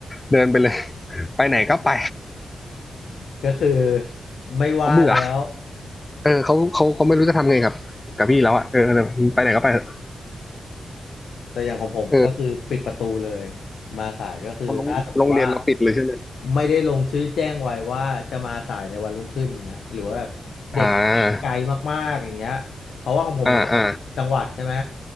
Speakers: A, on the left; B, on the left.
A: เดินไปเลย ไปไหนก็ไป
B: ก็คือไม่ว่าแล้ว
A: เขาเบื่อเออเขาเขาเขาไม่รู้จะทำไงกับกับพี่แล้วอ่ะเออไปไหนก็ไปเถอะ
B: แต่อย่างของผมก็คือปิดประตูเลย
A: เออ
B: มาสายก็คือถ้าสมมติว่า
A: โรงโรงเรียนเราปิดเลยใช่ไหม
B: ไม่ได้ลงชื่อแจ้งไว้ว่าจะมาสายในวันรุ่งขึ้นเงี้ยหรือว่าแบบเด็กที่ไกลมากๆอย่างเงี้ยเพราะว่าของผมมันเป็นจังหวัดใช่ไหม
A: อ่าอ่าอ่า